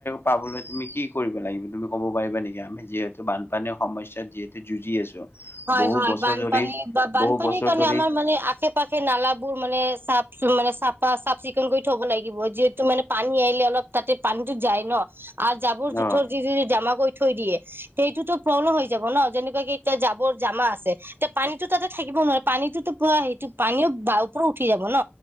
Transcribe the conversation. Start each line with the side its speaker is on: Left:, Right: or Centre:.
Left: পাবলৈ তুমি কি কৰিব লাগিব, তুমি ক'ব পাৰিবা নেকি আমি যিহেতু বানপানীৰ সমস্যাত যিহেতু যুঁজি আছো।
Right: হয়
Left: বহু
Right: হয়
Left: বছৰ
Right: বানপানী
Left: ধৰি
Right: বা বানপানীৰ
Left: বহু বছৰ
Right: কাৰণে
Left: ধৰি
Right: আমাৰ মানে আশে পাশে নালাবোৰ মানে চ মানে চাফা চাফ চিকুণ কৰি থব লাগিব যিহেতু মানে পানী আহিলে অলপ তাতে পানীতো যায় ন আৰু জাবৰ জোথৰ
Left: অ'
Right: যি যি জমা কৰি থৈ দিয়ে তে এইটোতো প্ৰব্লেম হৈ যাব ন যেনেকুৱা কি এতিয়া জাব ৰ জমা আছে, এতিয়া পানীতো তাতে থাকিব নোৱাৰে পানীতোতো পুৰা সেইটো পানীও উঠি যাব ন,